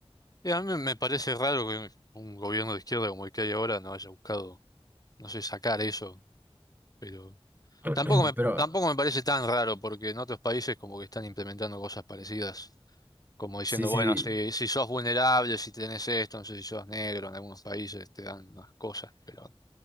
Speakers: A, on the left; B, on the right.
A: Y a mí me parece raro que un gobierno de izquierda como el que hay ahora no haya buscado, no sé, sacar eso, pero
B: <clears throat>
A: tampoco me,
B: Pero
A: tampoco me parece tan raro porque en otros países como que están implementando cosas parecidas, como diciendo,
B: sí,
A: bueno,
B: sí,
A: si,
B: sí,
A: si sos vulnerable, si tenés esto, no sé si sos negro, en algunos países te dan unas cosas, pero